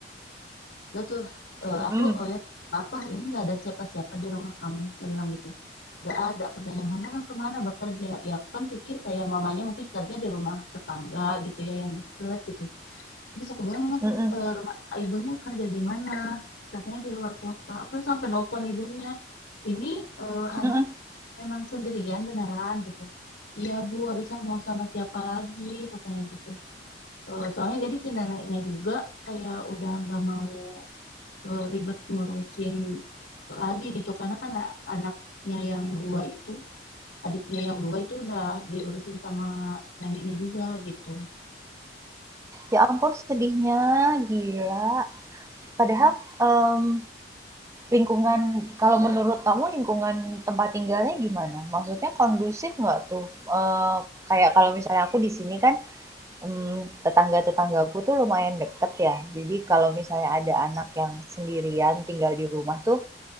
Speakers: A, on the left; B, on the right.
A: dia tuh eh,
B: Mhm,
A: aku ngeliat kenapa ini nggak ada siapa-siapa di rumah kamu, saya bilang gitu. Nggak ada, katanya mama kemana bekerja? Ya aku kan pikir kayak mamanya mungkin kerja di rumah tetangga gitu ya yang deket gitu. Terus aku bilang mama
B: mhm,
A: ker- eh, rumah ibunya kerja di mana? Terus Katanya di luar kota. Aku sampai nelfon ibunya ini anak
B: mhm.
A: Emang sendirian beneran gitu. Iya Bu, habis aku mau sama siapa lagi katanya gitu. Eh, soalnya jadi si neneknya juga kayak udah nggak mau eh, ribet ngurusin lagi gitu karena kan a- anaknya yang dua itu, adiknya yang dua itu udah diurusin sama neneknya juga gitu.
B: Ya ampun sedihnya, gila. Padahal, mmm, lingkungan kalau menurut kamu lingkungan tempat tinggalnya gimana? Maksudnya kondusif nggak tuh? Eh, kayak kalau misalnya aku di sini kan mm, tetangga-tetanggaku tuh lumayan deket ya. Jadi kalau misalnya ada anak yang sendirian tinggal di rumah tuh